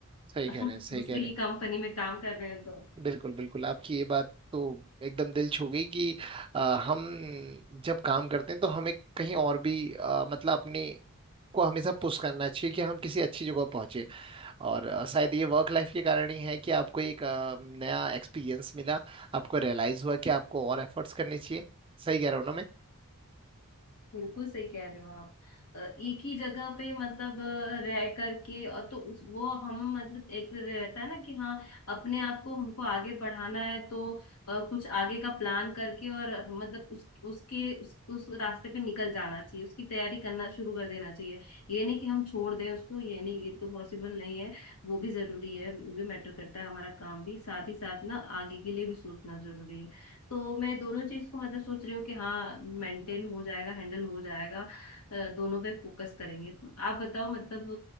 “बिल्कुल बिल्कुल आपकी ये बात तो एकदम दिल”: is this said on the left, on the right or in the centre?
Right